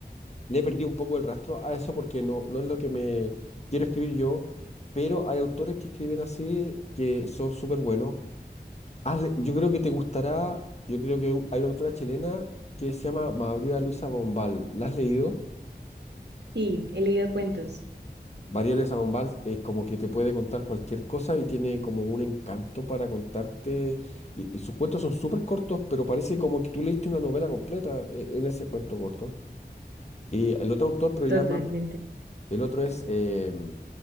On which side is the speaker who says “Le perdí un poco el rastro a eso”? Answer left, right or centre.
Left